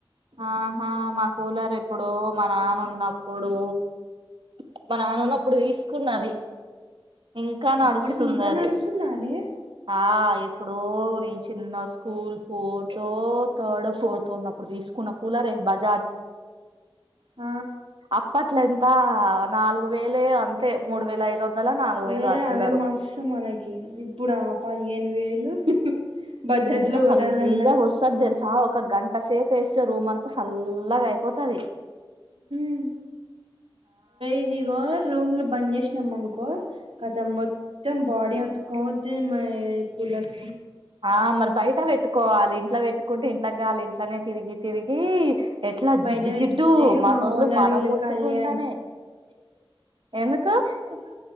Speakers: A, on the right; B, on the right.
A: ఆహా! మా కూలర్ ఎప్పుడో మా నాన్న ఉన్నప్పుడు ఇప్పుడు మానాన్న ఉన్నప్పుడు తీసుకున్నా అది. ఇంకా
B: అప్పటిది
A: నడుస్తుంది
B: ఇంకా
A: అది.
B: నడుస్తుందానే
A: ఆ ఎప్పుడో రి చిన్న స్కూల్ ఫోర్తో, థర్డో, ఫోర్తో ఉన్నప్పుడు తీసుకున్న కూలర్ ఏమికాదు.
B: ఆ
A: అప్పట్లో ఎంత నాలుగు వేలే అంతే. మూడు వేల ఐదు వందలో నాలుగు వేలో
B: ఏ
A: ఆ కూలరు.
B: అవే మస్తు మనకి ఇప్పుడు పదిహేను వేలు. బజాజ్
A: ఎంత
B: లో
A: సల్లగా
B: కొనాలన్నా
A: వస్తాదో తెలుసా ఒక గంట సేపు వేసి రూమ్ అంతా సల్లగా అయిపోతాది.
B: మ్ ఇదిగో రూమ్లు బంద్ చేసి మొత్తం అనుకో కతం బాడీ అతుక్కుపోతే మరి కూలర్
A: ఆ మరి బయట పెట్టుకోవాలి. ఇంట్లో పెట్టుకుంటే ఇంట్లో గాలి ఇంట్లోనే తిరిగి తిరిగి ఎట్లా
B: బయట
A: జిడ్డు
B: పెట్టుకుంటే
A: జిడ్డు మనవొళ్ళు
B: మా ఓనర్
A: మనం
B: ఇల్లు
A: ముట్తుకుంటానే.
B: ఖాళీ
A: ఎందుకు
B: కదా